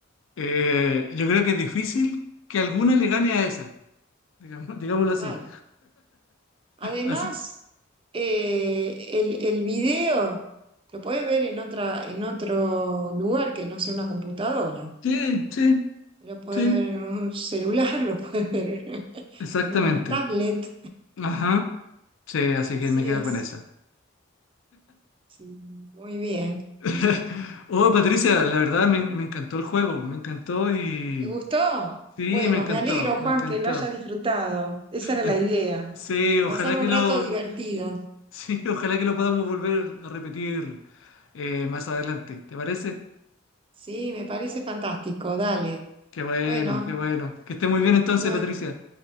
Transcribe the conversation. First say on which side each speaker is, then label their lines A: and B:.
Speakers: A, on the left; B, on the right.
A: Eh, yo creo que es difícil que alguna le gane a esa, digamos- <laughs> digámoslo
B: claro.
A: así.
B: Además,
A: Así,
B: eh, el, el video lo podés ver en otra, en otro lugar que no sea una computadora.
A: sí, sí,
B: Lo podés
A: sí,
B: ver en un celular, <laughs> lo podés ver
A: exactamente.
B: en una tablet.
A: Ajá, sí, así
B: Así
A: que me quedo
B: es.
A: con esa.
B: Sí, muy bien.
A: <laughs> Oh, Patricia, la verdad me, me encantó el juego, me encantó y...
B: ¿Te gustó?
A: Sí,
B: Bueno,
A: me encantó,
B: me alegro,
A: me
B: Juan,
A: encantó.
B: que lo hayas disfrutado. Esa era
A: Eh,
B: la idea.
A: Sí, ojalá
B: Pasar un
A: que lo...
B: rato divertido.
A: Sí, <laughs> ojalá que lo podamos volver a repetir eh, más adelante, ¿te parece?
B: Sí, me parece fantástico. Dale.
A: Qué bueno,
B: Bueno,
A: qué bueno. Que esté muy bien entonces,
B: no,
A: Patricia.